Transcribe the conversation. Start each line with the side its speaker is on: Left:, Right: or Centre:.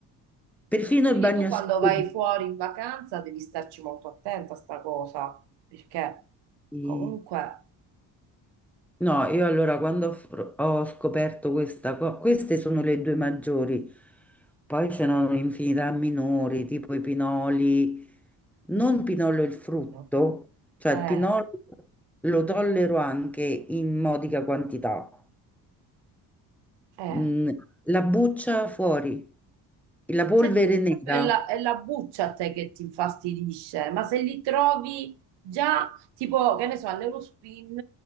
Centre: perfino
Right: Quindi
Centre: il bagnoschiuma.
Right: tu quando vai fuori in vacanza devi starci molto attenta a sta cosa, perché
Centre: Sì.
Right: comunque
Centre: No, io allora quando ho, fr- ho scoperto questa cosa, queste sono le due maggiori, poi ce n'erano un'infinità minori, tipo i pinoli, non pinolo il frutto,
Right: no?
Centre: cioè
Right: Eh,
Centre: il pinolo lo tollero anche in modica quantità,
Right: eh.
Centre: Mm, la buccia fuori, la polvere
Right: Cioè,
Centre: nera,
Right: proprio è la, è la buccia a te che ti infastidisce, ma se li trovi già, tipo, che ne so, all'Eurospin